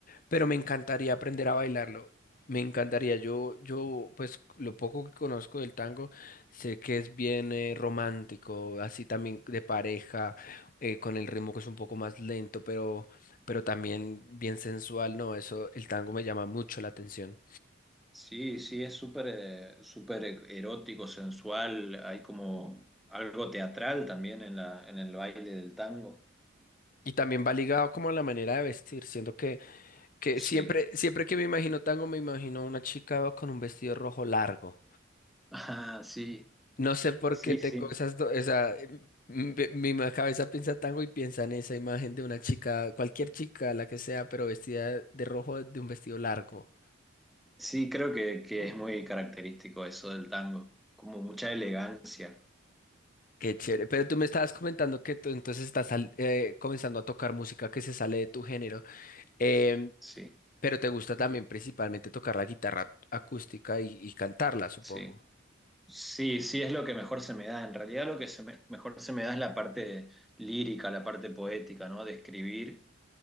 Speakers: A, on the left; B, in the centre.
A: pero me encantaría aprender a bailarlo. Me encantaría. Yo, yo, pues lo poco que conozco del tango, sé que es bien eh, romántico, así también de pareja, eh, con el ritmo que es un poco más lento, pero, pero también bien sensual. No, eso, el tango me llama mucho la atención.
B: Sí, sí, es súper eh, súper erótico, sensual, hay como algo teatral también en la, en el baile del tango.
A: Y también va ligado como a la manera de vestir, siento que, que
B: Sí,
A: siempre, siempre que me imagino tango, me imagino a una chica con un vestido rojo largo.
B: <laughs> ah, sí,
A: No sé por
B: sí,
A: qué tengo
B: sí.
A: esas dos, esa, m- m- mi, ma- cabeza piensa tango y piensa en esa imagen de una chica, cualquier chica, la que sea, pero vestida de rojo de un vestido largo.
B: Sí, creo que, que es muy característico eso del tango, como mucha elegancia.
A: Qué chévere. Pero tú me estabas comentando que tú entonces estás al- eh, comenzando a tocar música que se sale de tu género, Em,
B: Sí,
A: pero te gusta también principalmente tocar la guitarra acústica y, y cantarla, supongo.
B: sí. Sí, sí, es lo que mejor se me da. En realidad lo que se me- mejor se me da es la parte lírica, la parte poética, ¿no? De escribir